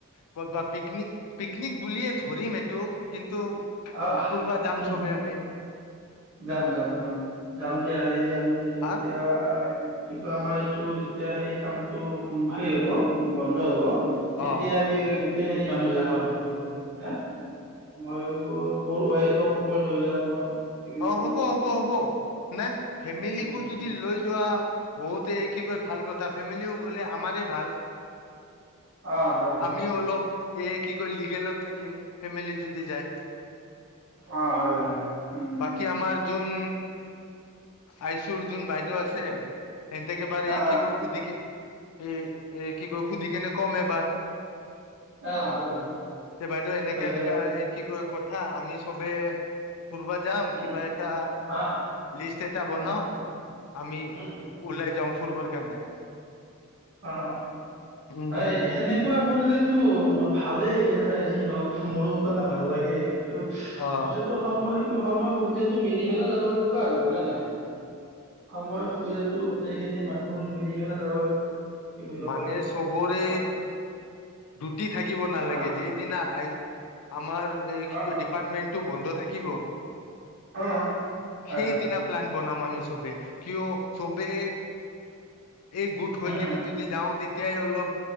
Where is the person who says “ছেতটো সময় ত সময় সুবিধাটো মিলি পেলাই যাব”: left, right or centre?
Right